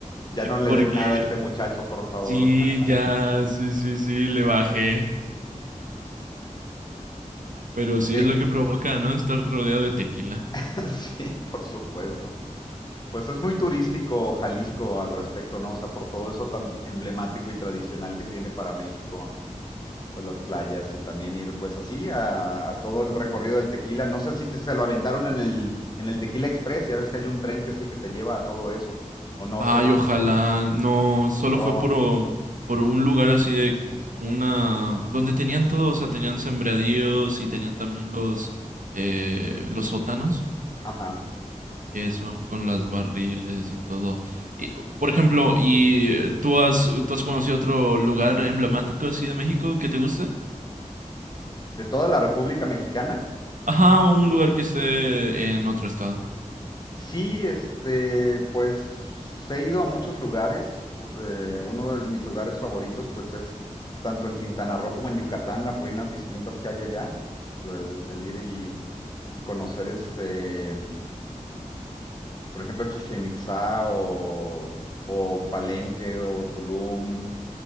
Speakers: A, on the left; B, on the right.
A: Ya no le
B: porque
A: den nada a este muchacho, por favor.
B: sí,
A: <laughs>
B: ya, sí, sí, sí, le bajé. Pero sí
A: Sí,
B: es lo que provoca, ¿no? Estar rodeado de tequila.
A: <laughs> sí, por supuesto. Pues es muy turístico Jalisco al respecto, ¿no? O sea, por todo eso tan emblemático y tradicional que tiene para México. O sea, las playas y también ir pues así a, a todo el recorrido del tequila. No sé si te- se lo aventaron en el, en el Tequila Express, ya ves que hay un tren que es el que te lleva a todo eso. O no
B: Ay,
A: sé, si-
B: ojalá. No, solo
A: o,
B: fue por, o- por un lugar así de una... donde tenían todo, o sea, tenían sembradíos y tenían también los, eh, los sótanos
A: ajá.
B: y eso, con las barriles y todo. Y, por ejemplo, ¿y tú has, tú has conocido otro lugar emblemático así de México que te guste?
A: ¿De toda la República Mexicana?
B: Ajá, un lugar que esté en otro estado.
A: Sí, este, pues he ido a muchos lugares. eh, uno de mis lugares favoritos, pues es tanto en Quintana Roo como en Yucatán, las ruinas distintas que hay allá. El, el ir y, y conocer, este, por ejemplo, Chichén Itzá o, o Palenque o Tulum.